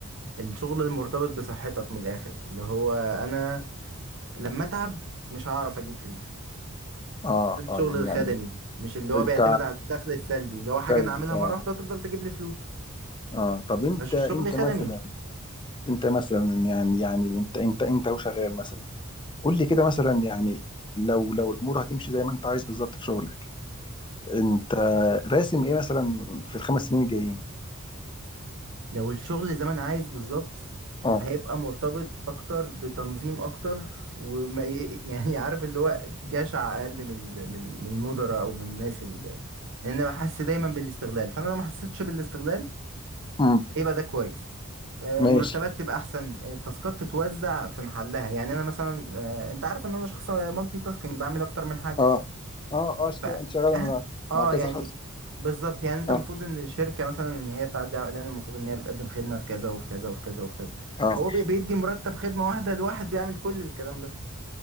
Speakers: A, on the right; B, on the left.
A: الشغل المرتبط بصحتك من الاخر اللي هو انا لما اتعب مش هعرف اجيب فلوس
B: اه
A: ده الشغل
B: اه يعني
A: الخدمي
B: يعني
A: مش اللي هو
B: انت
A: بيعتمد على الدخل السلبي اللي هو حاجة
B: طيب.
A: أنا أعملها
B: اه
A: مرة واحدة تفضل تجيب لي فلوس
B: اه طب انت
A: مش
B: انت
A: شغل خدمي
B: مثلا انت مثلا يعني يعني انت انت انت وشغال مثلا قول لي كده مثلا يعني لو لو الامور هتمشي زي ما انت عايز بالظبط في شغلك انت راسم ايه مثلا في الخمس سنين الجايين
A: لو الشغل زي ما أنا عايز بالظبط
B: اه
A: هيبقى مرتبط أكتر بتنظيم أكتر وما ي- يعني <laughs> عارف اللي هو جشع أقل من ال- من من المدراء أو من الناس اللي لأن أنا بحس دايما بالاستغلال فأنا لو ما حسيتش بالاستغلال
B: اه
A: هيبقى ده كويس آه،
B: ماشي
A: مرتبات تبقى احسن آه، التاسكات تتوزع في محلها يعني انا مثلا آه، انت عارف ان انا شخص مالتي تاسكينج بعمل اكتر من حاجه
B: اه اه اه شت-
A: ف
B: انت شغال
A: اه
B: مع
A: اه
B: مع كذا
A: يعني
B: حد
A: بالظبط يعني انت
B: اه
A: المفروض ان الشركه مثلا ان هي بتعدي على اعلان المفروض ان هي بتقدم خدمه في كذا وفي كذا وفي كذا وفي كذا
B: اه
A: هو بي- بيدي مرتب خدمه واحده لواحد بيعمل كل الكلام ده